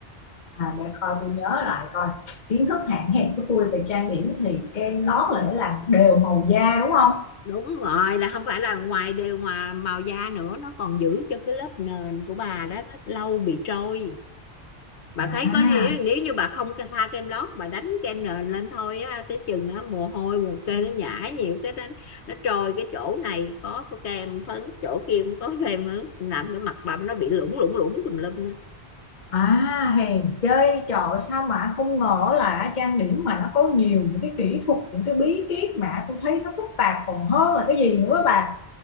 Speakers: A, on the left; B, on the left.
A: À, để coi tôi nhớ lại coi kiến thức hạn hẹp của tôi về trang điểm thì kem lót là để làm đều màu da đúng không
B: đúng rồi là không phải là ngoài đều ngoài màu da nữa nó còn giữ cho cái lớp nền của bà đó nó lâu bị trôi bà
A: à
B: thấy có nghĩa là nếu như bà không tha kem lót bà đánh kem nền lên thôi á tới chừng á mồ hôi mồ kê nó nhảy nhiều cái đó nó trôi cái chỗ này có kem phấn chỗ kia cũng có kem nữa làm cái mặt bà nó bị lủng lủng lủng tùm lum á.
A: à hèn chơi trò sao mà không ngờ là trang điểm mà nó có nhiều những cái kỹ thuật những cái bí kíp mà tôi thấy nó phức tạp còn hơn là cái gì nữa bà